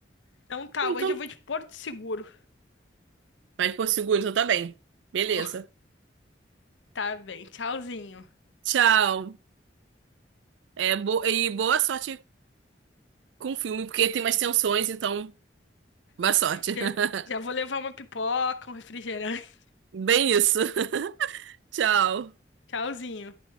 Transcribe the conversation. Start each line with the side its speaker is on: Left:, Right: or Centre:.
Left: Então tá,
Right: Então,
Left: hoje eu vou de Porto Seguro.
Right: vai por seguro, então tá Beleza.
Left: Vou. <laughs> Tá bem, tchauzinho.
Right: Tchau. É, bo- E boa sorte com o filme, porque tem mais tensões, então, boa sorte.
Left: Já,
Right: <laughs>
Left: já vou levar uma pipoca, um refrigerante.
Right: Bem isso. <laughs> Tchau.
Left: <laughs> Tchauzinho.